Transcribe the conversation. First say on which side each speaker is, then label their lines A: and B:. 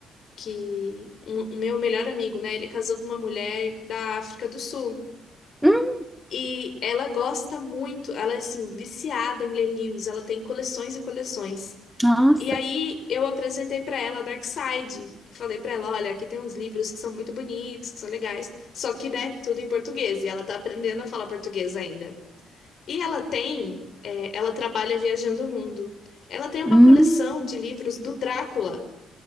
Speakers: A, on the left (about 60°); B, in the centre.
A: que. um- O meu melhor amigo, né? Ele casou com uma mulher da África do Sul.
B: Hum,
A: E ela gosta muito, ela é assim, viciada em ler livros. Ela tem coleções e coleções.
B: nossa,
A: E aí eu apresentei pra ela Darkside. Falei pra ela, olha, aqui tem uns livros que são muito bonitos, que são legais, só que, né, tudo em português, e ela tá aprendendo a falar português ainda. E ela tem, é, ela trabalha viajando o mundo. Ela tem uma
B: hum,
A: coleção de livros do Drácula,